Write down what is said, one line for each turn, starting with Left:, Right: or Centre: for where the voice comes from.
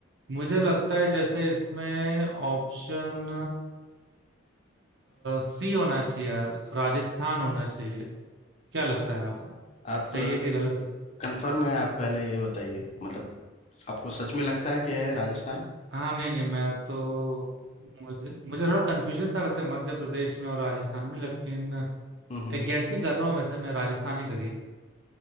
Right: मुझे लगता है जैसे इसमें ऑप्शन सी होना चाहिए यार राजस्थान होना चाहिए क्या लगता है आपको
Left: आप
Right: सही है कि गलत है
Left: कंफर्म है आप पहले ये बताइए मतलब आपको सच में लगता है कि है राजस्थान
Right: हाँ नहीं नहीं मैं तो मुझे मुझे थोड़ा कन्फ्यूजन था वैसे मध्य प्रदेश में और राजस्थान में लेकिन
Left: हम्म
Right: एक गैस ही कर रहा हूँ वैसे मैं राजस्थान ही करिए